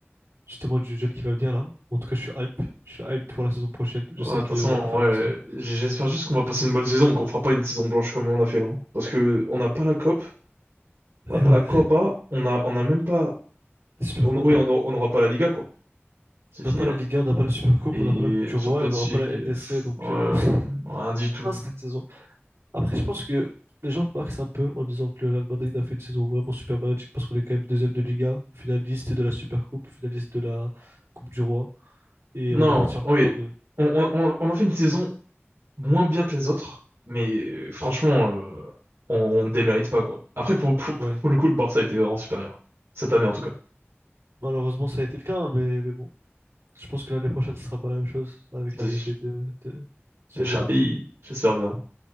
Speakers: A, on the right; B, on the right.
A: justement, du jeune qui va venir, là. En tout cas, je suis hype. Je suis hype pour la saison prochaine. Je sais
B: Ah, Attention,
A: qu'on va pas faire
B: ouais,
A: la même saison.
B: j- j'espère juste qu'on va passer une bonne saison, qu'on fera pas une saison blanche comme on a fait là. hein. Parce que on n'a pas la COP, on
A: Eh
B: n'a pas
A: ouais.
B: la Copa, on a, on n'a même pas
A: La Super
B: on,
A: Coupe.
B: oui, on n'aura on n'aura pas la Liga, quoi. C'est
A: On n'a
B: fini,
A: pas
B: là.
A: la Ligue 1, on n'a pas la Super Coupe,
B: Et
A: on n'a pas la Coupe du Roi
B: Champions
A: et on n'aura pas
B: League,
A: la LDC,
B: pff,
A: donc...
B: ouais, on-
A: euh, <laughs>
B: on- rien du tout.
A: Ah, c'était une saison. Après, je pense que les gens marquent un peu en disant que le Real Madrid a fait une saison vraiment super magique parce qu'on est quand même deuxième de Liga, finaliste de la Super Coupe, finaliste de la Coupe du Roi. Et
B: Non,
A: on est parti en
B: oui.
A: quart de.
B: On, on, on on en fait une saison moins bien que les autres, mais euh, franchement, euh, on, on ne démérite pas, quoi. Après, pour, pour,
A: Ouais.
B: pour le coup, le Barça était vraiment supérieur. Cette année, en tout cas.
A: Malheureusement, ça a été le cas, hein, mais, mais bon. Je pense que l'année prochaine, ce sera pas la même chose avec
B: Des,
A: l'arrivée de, de Xavi
B: des Xabi,
A: Alonso.
B: j'espère bien.